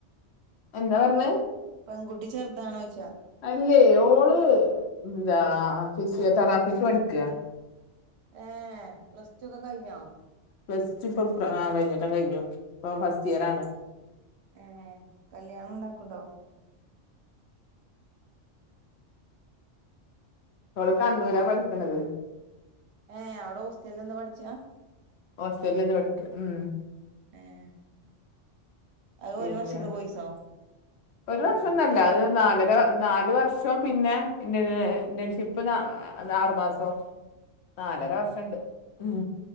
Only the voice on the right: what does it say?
പെങ്കുട്ടി ചെറുതാണോയിച്ചാ?
ഏഹേ പ്ലസ്ടൊക്കെ കഴിഞ്ഞോ?
ഏഹേ കല്യാണണ്ടാക്കുണ്ടോ?
ഏഹേ അവ്ടെ ഹോസ്റ്റല്ന്ന് പഠിച്ചാ?
ഏഹ്. അഹ്
ഒരു വർഷതെ കോയിസോ?